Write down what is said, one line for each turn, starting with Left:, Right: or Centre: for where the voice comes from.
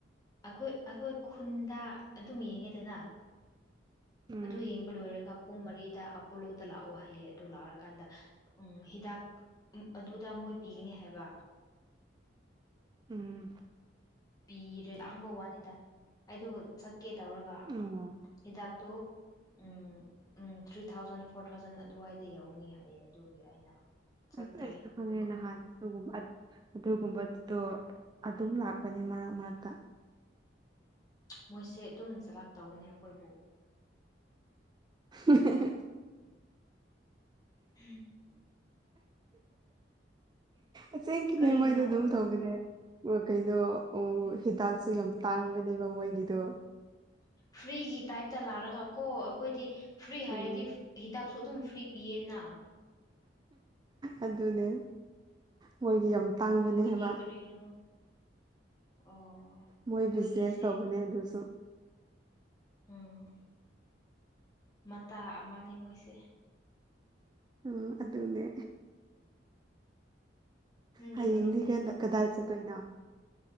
Left: ꯑꯈꯣꯏ ꯑꯈꯣꯏ ꯈꯨꯟꯗ ꯑꯗꯨꯝ ꯌꯦꯡꯉꯦꯗꯅ
Right: ꯎꯝ
Left: ꯑꯗꯨ ꯌꯦꯡꯕ ꯂꯣꯏꯔꯒ ꯄꯨꯡ ꯃꯔꯤꯗ ꯑꯦꯄꯣꯂꯣꯗ ꯂꯥꯛꯑꯣ ꯍꯥꯏꯌꯦ ꯑꯗꯨ ꯂꯥꯛꯔꯀꯥꯟꯗ ꯎꯝ ꯍꯤꯗꯥꯛ ꯎꯝ ꯑꯗꯨꯗ ꯃꯣꯏ ꯄꯤꯒꯅꯤ ꯍꯥꯏꯕ
Right: ꯎꯝ
Left: ꯄꯤꯔꯦ ꯂꯥꯡꯕ ꯋꯥꯅꯤꯗ ꯑꯩꯗꯣ ꯆꯠꯀꯦ ꯇꯧꯔꯒ
Right: ꯑꯣ
Left: ꯍꯤꯗꯥꯛꯇꯣ ꯎꯝ ꯎꯝ ꯊ꯭ꯔꯤ ꯊꯥꯎꯖꯟ ꯐꯣꯔ ꯊꯥꯎꯖꯟ ꯑꯗꯨꯋꯥꯏꯗ ꯌꯧꯅꯤ ꯍꯥꯏꯌꯦ ꯑꯗꯨꯒꯤ ꯑꯩꯅ ꯆꯠꯇ꯭ꯔꯦ
Right: ꯑꯁ ꯑꯩꯁꯨ ꯈꯪꯉꯦ
Left: ꯑꯃꯨꯛꯀ
Right: ꯅꯍꯥꯟ ꯑꯗꯨꯒꯨꯝꯕ ꯑꯗꯨꯒꯨꯝꯕꯗꯣ ꯑꯗꯨꯝ ꯂꯥꯛꯄꯅꯤ ꯃꯔꯛ ꯃꯔꯛꯇ
Left: ꯃꯣꯏꯁꯦ ꯑꯗꯨꯝ ꯆꯂꯥꯛꯇꯧꯕꯅꯦ ꯑꯩꯈꯣꯏꯕꯨ
Right: <inaudible>
Left: <inaudible>
Right: ꯑꯁꯦꯡꯀꯤꯅꯦ
Left: ꯀꯔꯤꯒꯤꯅꯣ
Right: ꯃꯣꯏꯗꯣ ꯑꯗꯨꯝ ꯇꯧꯕꯅꯦ ꯀꯩꯅꯣ ꯑꯣ
Left: ꯎꯝ
Right: ꯍꯤꯗꯥꯛꯁꯨ ꯌꯥꯝ ꯇꯥꯡꯕꯅꯦꯕ ꯃꯣꯏꯒꯤꯗꯣ
Left: ꯐ꯭ꯔꯤꯒꯤ ꯇꯥꯏꯞꯇ ꯂꯥꯛꯔꯒ ꯀꯣ ꯑꯈꯣꯏꯗꯤ ꯐ꯭ꯔꯤ ꯍꯥꯏꯔꯗꯤ
Right: ꯎꯝ
Left: ꯍꯤꯗꯥꯛꯁꯨ ꯑꯗꯨꯝ ꯐ꯭ꯔꯤ ꯄꯤꯌꯦꯅ
Right: ꯑꯗꯨꯅꯦ ꯃꯣꯏꯒꯤ ꯌꯥꯝ ꯇꯥꯡꯕꯅꯦ
Left: ꯑꯥ ꯃꯣꯏꯗꯤ
Right: ꯍꯥꯏꯕ
Left: ꯀꯔꯤꯅꯣ ꯑꯣ
Right: ꯃꯣꯏ
Left: ꯃꯣꯏꯒꯤꯁꯦ
Right: ꯕꯤꯖꯤꯅꯦꯁ ꯇꯧꯕꯅꯦ ꯑꯗꯨꯁꯨ
Left: ꯎꯝ ꯃꯇꯥ ꯑꯃꯅꯤ ꯃꯣꯏꯁꯦ
Right: ꯎꯝ ꯑꯗꯨꯅꯦ
Left: ꯅꯪꯒꯤ
Right: ꯍꯌꯦꯡꯗꯤ
Left: ꯃꯔꯨꯞꯅꯦ
Right: ꯀꯗꯥꯏ ꯆꯠꯇꯣꯏꯅꯣ